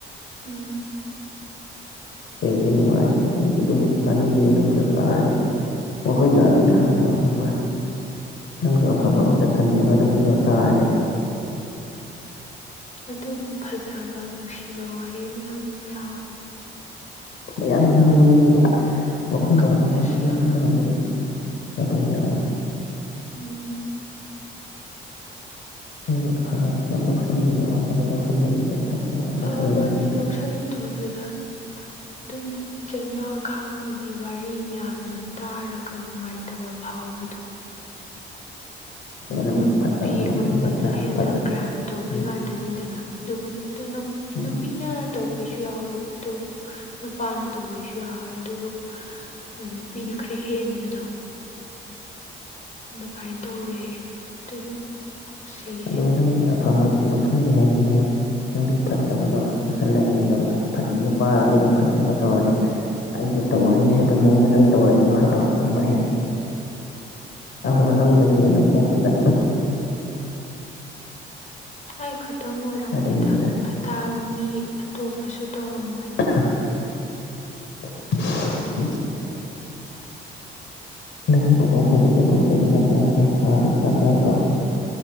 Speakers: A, on the left; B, on the left.
A: ꯎꯝ
B: ꯀꯩꯒꯤ ꯅꯨꯡꯉꯥꯏꯇꯦ ꯑꯩ ꯇꯨꯝꯕ꯭ꯔ ꯇꯥꯅꯤꯡꯗꯦ ꯑꯗꯨꯨꯝ꯭ꯔ ꯇꯅꯦ ꯋꯥꯈꯜ ꯖꯥꯠ ꯖꯥꯠ ꯈꯥꯟ ꯂꯩ ꯈꯕ꯭ꯔ ꯅꯪꯁꯨ ꯑꯐꯕ ꯑꯝꯇ ꯈꯟꯅꯦꯕ ꯑꯗꯨꯒꯕꯗꯣ ꯇꯥꯔꯗꯤ
A: ꯑꯗꯨꯕꯨ ꯐꯖꯕ ꯅꯨꯡꯁꯤꯕ ꯋꯥꯔꯤ ꯃꯌꯥꯝ ꯑꯃ ꯌꯥꯎꯋꯤ
B: ꯃꯌꯥꯝ ꯌꯥꯕꯗꯅ ꯋꯥꯈꯜꯗ
A: ꯀꯞꯄꯁꯨ
B: ꯑꯐꯕ ꯀꯔꯤꯝ
A: ꯌꯥꯎꯋꯦ
B: ꯈꯟꯕꯒꯅꯤꯅ ꯀꯄꯁꯨ ꯌꯥꯎꯋꯦ
A: ꯎꯝ
B: ꯅꯪ ꯑꯐꯕ ꯀꯌꯥꯝ ꯂꯧꯁꯟꯦꯗꯣ ꯑꯐꯕ ꯂꯧꯁꯟꯗꯕꯤꯗ ꯐꯠꯇꯕ ꯉꯥꯛ
A: ꯑꯐꯕꯅꯤ
B: ꯂꯧꯁꯜꯂꯦꯕ ꯅꯪꯗꯤ
A: ꯂꯧꯁꯤꯜꯂꯤꯗꯣ ꯑꯗꯨꯗ ꯑꯗꯨꯝ ꯆꯩꯅꯥ ꯈꯥꯡꯕꯒꯤ ꯋꯥꯔꯤ ꯃꯌꯥꯝꯗꯣ ꯇꯥꯔꯒ ꯅꯨꯡꯉꯥꯏꯇꯕ ꯐꯥꯎ ꯗꯣ
B: ꯑꯗꯨꯒ ꯅꯪꯗꯤ
A: ꯅꯨꯄꯤꯒꯨꯝꯕꯗ
B: ꯐꯠꯇꯕꯗꯣ ꯂꯧꯁꯜꯂꯦꯗꯅ
A: ꯍꯦꯟꯅ
B: ꯐꯠꯇꯕ
A: ꯀ꯭ꯔꯥꯏꯝ ꯇꯧꯕꯩ
B: ꯎꯝ
A: ꯉꯥꯛꯇꯅꯤꯗꯅ ꯑꯗꯨꯕꯨꯗꯤ ꯑꯗꯣ
B: ꯎꯝ
A: ꯅꯨꯄꯤꯅ ꯇꯧꯕꯁꯨ ꯌꯥꯎꯋꯦ ꯑꯗꯨꯕꯨ ꯅꯨꯄꯥꯅ ꯇꯧꯕꯁꯨ ꯌꯥꯎꯋꯦ ꯑꯗꯨꯕꯨ ꯅꯨꯄꯤꯅ ꯈꯔ ꯍꯦꯟꯕꯗꯣ ꯑꯗꯨꯃꯥꯏꯅ ꯇꯧꯋꯦ ꯑꯗꯨꯅ ꯅꯨꯡꯁꯤꯌꯦ
B: ꯑ ꯅꯪꯗꯤ ꯑꯐꯕ ꯂꯧꯁꯟꯗꯦ ꯍꯥꯏꯁꯤꯅꯦ ꯅꯪꯒꯤ ꯐꯠꯇꯕꯗꯣ ꯂꯁꯤꯜꯂꯅꯤ ꯑꯗꯨꯒ ꯅꯨꯄꯥꯗꯨꯅ ꯐꯠꯇꯕ ꯇꯧꯔꯗꯤ ꯑꯩ ꯇꯧꯔꯅꯤ ꯍꯥꯏꯕꯒꯤ ꯃꯑꯣꯡꯗ ꯅꯪ ꯇꯧꯔꯛꯑꯦꯕ ꯍꯥꯏꯕ ꯍꯪꯕ ꯍꯌꯦꯡ ꯑꯐꯕ ꯂꯧꯗꯕꯤꯅ ꯀꯣꯛꯇꯨꯗ
A: ꯑ ꯑꯩ ꯈꯇꯪ ꯑꯣꯏꯔꯝꯃꯣꯏꯗ
B: ꯑꯗꯨꯒꯤꯅꯤꯗ
A: ꯑꯇꯥꯕ ꯃꯤ ꯑꯇꯣꯞꯄꯁꯨ ꯇꯧꯔꯝꯒꯅꯤ
B: <unintelligible> ꯉꯁꯤ ꯄꯕꯣꯛ ꯑꯩꯈꯣꯏꯗ ꯆꯠꯄꯕꯨ ꯆꯥꯛ ꯆꯔꯛꯀꯦ ꯑꯥꯗꯤ ꯆꯥꯛ ꯆꯔꯛꯇ꯭ꯔꯣ